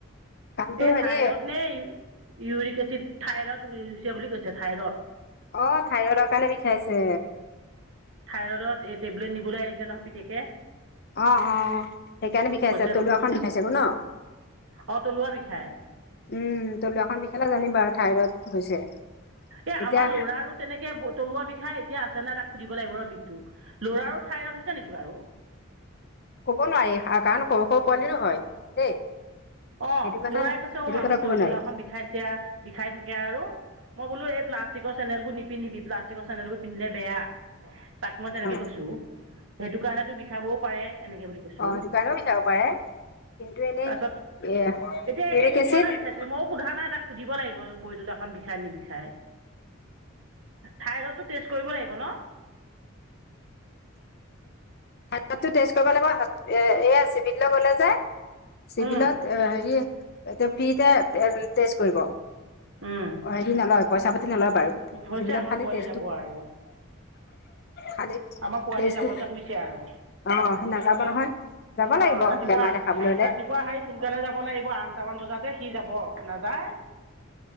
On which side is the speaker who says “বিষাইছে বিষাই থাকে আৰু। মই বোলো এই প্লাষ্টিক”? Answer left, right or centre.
Right